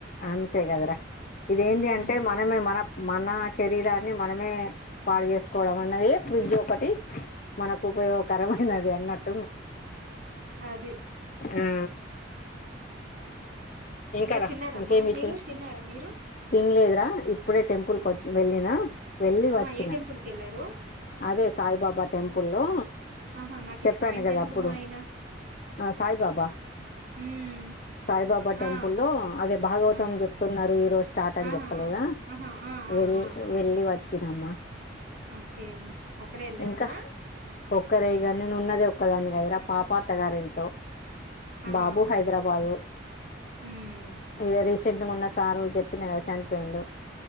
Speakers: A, on the left (about 45°); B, on the right (about 55°).
A: అంత అంతే కదరా ఇదేంది
B: ఉమ్
A: అంటే మనమే మన. మన శరీరాన్ని మనమే పాడు చేసుకోవడం అన్నది ఫ్రిడ్జ్ ఒకటి మనకు ఉపయోగకరమైనది అన్నట్టు
B: అది.
A: ఆ ఇంకార
B: ఇంకా తిన్నారమ్మా
A: ఇంకేం విషేష్
B: మీరు తిన్నారా మీరు
A: తిన్లేదురా ఇ. అప్పుడే టెంపుల్కి
B: ఉమ్.
A: వ వెళ్ళిన వెళ్ళి
B: ఆహా
A: వచ్చినా
B: ఏ టెంపుల్ కి వెళ్ళారు
A: అదే సాయిబాబా టెంపుల్లో
B: ఆహా నాకు
A: చెప్పాను
B: ఇష్టమైన
A: కదా
B: దేవుడు
A: అప్పుడు
B: మా ఆయన
A: సాయిబాబా
B: ఉమ్
A: సాయిబాబా టెంపుల్
B: ఆ
A: లో అదే భాగవతం
B: ఆ
A: చెప్తున్నారు, ఈ రోజు స్టార్ట్ అని
B: ఆ
A: చెప్పలేదా
B: ఆ ఆహా ఆ ఆ
A: వెళ్
B: ఆ ఆ
A: వెళ్ళి వచ్చినమ్మ.
B: ఓకే ఒకరే ఎళ్ళారమ్మా
A: ఇంకా ఒక్కరే గా నేనున్నది ఒక్కదాని గదరా పాప అత్తగారింట్లో
B: ఆహా
A: బాబు
B: ఓకే
A: హైదరాబాదు
B: ఉమ్
A: ఇగ రీసెంట్ మొన్న సారు జెప్ చెప్పిన గద చనిపొయిండు